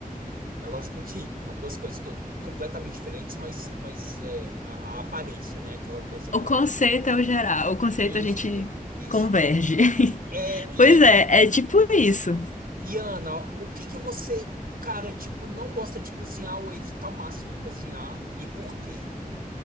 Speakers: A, on the right; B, on the left.
A: É lógico que são duas coisas to- completamente diferentes, mas, mas é, a, a aparência, né? Aquela coisa da.
B: O conceito é o geral, o conceito
A: Isso,
B: a gente
A: isso.
B: converge. <laughs>
A: É, e,
B: Pois é, é tipo isso.
A: e Ana, o que que você, cara, tipo, não gosta de cozinhar ou evitar ao máximo cozinhar? E por quê?